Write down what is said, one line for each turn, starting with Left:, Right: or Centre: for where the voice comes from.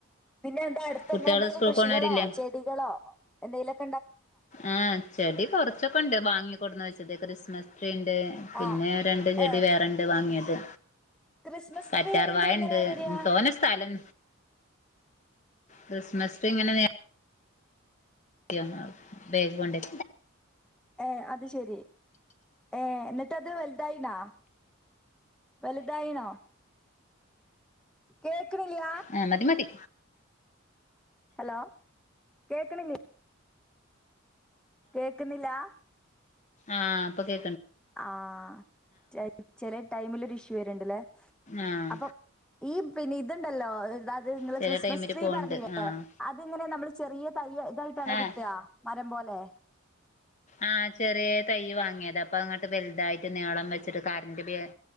Centre: പിന്നെന്താ അടുത്ത്ങ്ങെളെന്തെങ്കിലും
Left: കുട്ടികള് സ്കൂൾക്ക്
Centre: കൃഷികളോ
Left: പോണവരില്ലേ
Centre: ചെടികളോ എന്തെലൊക്ക്‌
Left: ആ ചെടി കുറച്ചൊക്കെണ്ട് വാങ്ങിക്കൊടുന്ന് വെച്ചത് ക്രിസ്മസ് ട്രീയുണ്ട് പിന്നെ
Centre: ആ
Left: രണ്ട് ചെടി
Centre: ഏ
Left: വേറെണ്ട് വാങ്ങിയത്
Centre: ക്രിസ്മസ്
Left: കറ്റാർ
Centre: ട്രീ പറയുമ്പോ
Left: വായണ്ട്.
Centre: എങ്ങനെയാ വരിക
Left: തോനസ്ഥലം ക്രിസ്മസ് ട്രീ ഇങ്ങനെ നേ ത്യാ ബേഗ് കൊണ്ടെ
Centre: ഏ അത് ശെരി എന്നിട്ടത് വെല്തായീണാ? വലുതായിണോ? കേക്കണില്ല
Left: ആ മതി മതി
Centre: ഹലോ കേക്ക്ണില്ലേ? കേക്ക്ന്നില്ലാ?
Left: ആഹ അപ്പൊ കേ
Centre: ആഹ ചെ ചെലെ ടൈമിലൊരു ഇഷ്യൂ വരുണ്ട്ല്ലേ
Left: ആഹ്
Centre: അപ്പൊ ഈ പിന്നെതുണ്ടല്ലോ ത് നിങ്ങള്
Left: ചെല
Centre: ക്രിസ്മസ്
Left: ടൈമില്
Centre: ട്രീ
Left: പോണ്ട്
Centre: പറഞ്ഞില്ലേ
Left: ആഹ്
Centre: അത്ങ്ങനെ നമ്മള് ചെറിയ തൈ ഇതായിട്ടാണോ
Left: ആഹ്
Centre: കിട്ടാ മരം പോലെ
Left: ആഹ് ചെറിയ തൈയ്യിവാങ്ങിയതാ പ്പൊ ഇങ്ങട്ട് വലുതായിട്ട് നീളം വെച്ചിട്ട് കറന്റ് ക